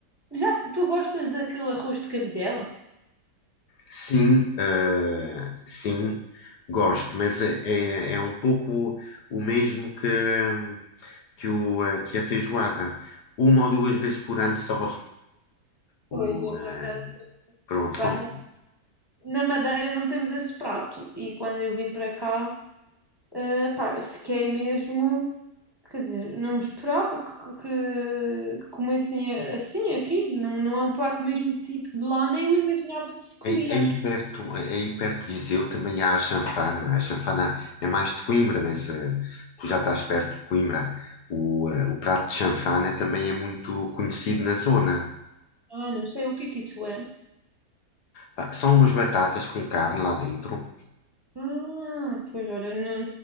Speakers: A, on the right; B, on the left.
A: Já tu gostas daquele arroz de cabidela?
B: Sim, eh, sim, gosto, mas é, é é um pouco o mesmo que, hum, que, o, eh, que a feijoada, uma ou duas vezes por ano só.
A: Pois,
B: O,
A: eu
B: eh,
A: por acaso,
B: pronto,
A: Pá,
B: são,
A: n- na Madeira não temos esse prato e quando eu vim para cá, eh, pá, fiquei mesmo. Quer dizer, não me esperava que, que, que comessem assim aquilo. Não, não é um prato mesmo tipo de lá, nem eu imaginava que se comia
B: aí, aí
A: aqui.
B: perto, aí perto de Viseu também há a chanfana. A chanfana é mais de Coimbra, mas eh, tu já estás perto de Coimbra. O, eh, o prato de chanfana também é muito conhecido na zona.
A: Ah, não sei o que é que isso é.
B: Ah, São umas batatas com carne lá dentro,
A: Ah, pois olha, não,